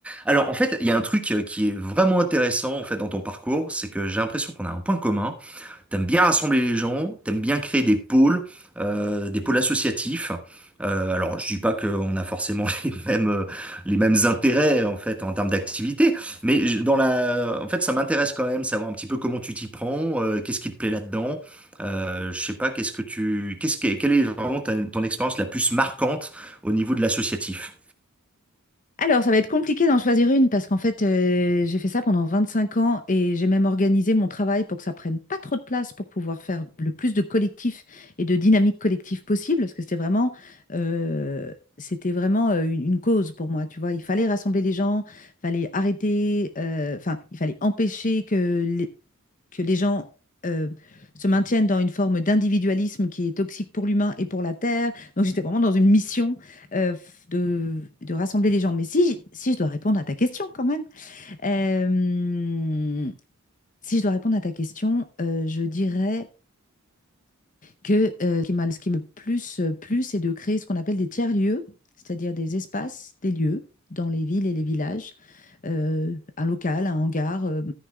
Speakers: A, in the centre; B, on the left.
A: Alors en fait, il y a un truc euh, qui est vraiment intéressant en fait dans ton parcours, c'est que j'ai l'impression qu'on a un point commun. T'aimes bien rassembler les gens, t'aimes bien créer des pôles, euh, des pôles associatifs. Euh, alors je dis pas qu'on a forcément <laughs> les mêmes euh, les mêmes intérêts en fait en termes d'activité, mais je- dans la, en fait ça m'intéresse quand même savoir un petit peu comment tu t'y prends, euh, qu'est-ce qui te plaît là-dedans. Euh, je sais pas, qu'est-ce que tu, qu'est-ce que, quelle est vraiment ta- ton expérience la plus marquante au niveau de l'associatif?
B: Alors, ça va être compliqué d'en choisir une parce qu'en fait, euh, j'ai fait ça pendant 25 ans et j'ai même organisé mon travail pour que ça prenne pas trop de place pour pouvoir faire le plus de collectifs et de dynamique collective possible parce que c'était vraiment, euh, c'était vraiment euh, une une cause pour moi, tu vois. Il fallait rassembler les gens, fallait arrêter, euh, enfin, il fallait empêcher que les- que les gens euh, se maintiennent dans une forme d'individualisme qui est toxique pour l'humain et pour la Terre. Donc j'étais vraiment dans une mission euh, de, de, rassembler les gens. Mais si, si je dois répondre à ta question quand même, euh, si je dois répondre à ta question, euh, je dirais que euh, ce qui m'a- ce qui me plus euh, plu, c'est de créer ce qu'on appelle des tiers-lieux, c'est-à-dire des espaces, des lieux dans les villes et les villages, euh, un local, un hangar, euh,